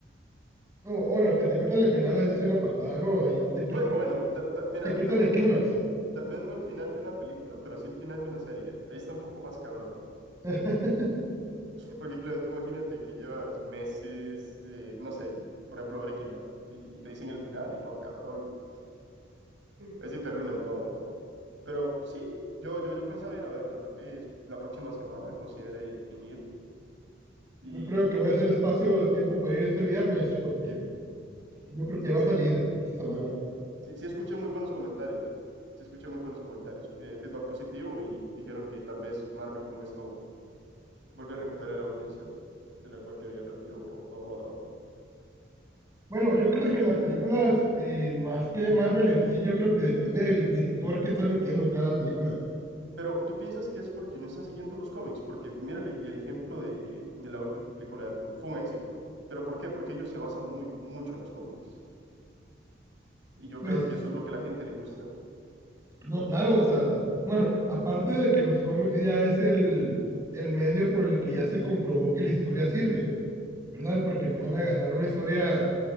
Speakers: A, on the right; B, on the right.
A: O, o no, que te cuenten el final es una patada, ¿no? Ahí te quitan
B: Bueno, bueno,
A: el,
B: tal- tal- mira,
A: te quitan
B: tal vez
A: el clímax.
B: no el final, tal vez no el final de una película, pero sí el final de una serie. Ahí está un poco más cabrón.
A: <laughs>
B: Porque claro, tú imagínate que llevas meses de, no sé, por ejemplo, Breaking Bad y te dicen el final y no, cabrón, así te arruinan todo, ¿no? Pero sí, yo, yo, yo pensaba ir a verla, tal vez la próxima semana considere en ir. Y,
A: Yo creo que
B: y
A: voy
B: que
A: a hacer espacio de tiempo para ir este viernes, porque
B: y-
A: yo creo
B: sí, sí,
A: que ya va
B: sí,
A: a salir esta semana.
B: sí, sí, sí escuché muy buenos comentarios, ¿eh? Sí escuché muy buenos comentarios, eh, feedback positivo y dijeron que tal vez Marvel con esto vuelve a recuperar la audiencia de la cual que había perdido por todo.
A: Bueno, yo creo que las películas, eh, más que Marvel en sí, yo creo que depende del director que están metiendo cada película.
B: Pero tú piensas que es porque no están siguiendo los cómics, porque mira el, el ejemplo de, de la última película de Deadpool, fue un éxito. ¿Pero por qué? Porque ellos se basan muy mucho en los cómics. Y yo
A: Pues,
B: creo que eso es lo que a la gente le gusta.
A: no, claro, o sea, bueno, aparte de que los cómics ya es el, el medio por el que ya se comprobó que la historia sirve, ¿verdad? Porque no van a agarrar una historia